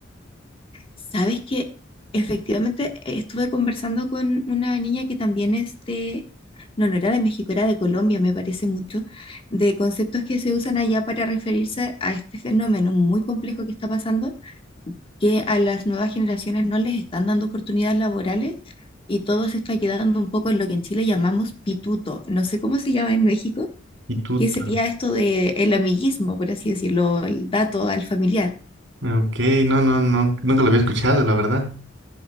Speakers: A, on the left; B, on the right.
A: Sabes que efectivamente eh, estuve conversando con una niña que también es de, no, no era de México, era de Colombia, me parece mucho, de conceptos que se usan allá para referirse a este fenómeno muy complejo que está pasando que a las nuevas generaciones no les están dando oportunidades laborales y todo se está quedando un poco en lo que en Chile llamamos pituto. No sé cómo se llama en México,
B: ¿Y tú?
A: que
B: Tano?
A: sería esto de el amiguismo, por así decirlo, el dato al familiar.
B: Ok, no, no, no, nunca lo había escuchado, la verdad.